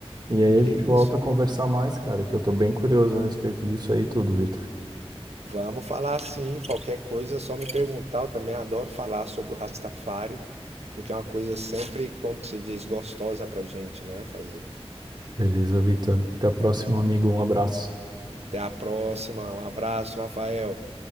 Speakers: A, on the right (about 40°); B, on the right (about 80°).
A: E aí
B: Que
A: a gente
B: isso.
A: volta a conversar mais, cara, que eu tô bem curioso a respeito disso aí tudo, Vitor.
B: Vamos falar sim. Qualquer coisa é só me perguntar. Eu também adoro falar sobre o Rastafari, porque é uma coisa sempre, como que se diz, gostosa pra gente, né? Fazer.
A: Beleza, Vitor. Até a próxima, amigo. Um abraço.
B: Até a próxima. Um abraço, Rafael.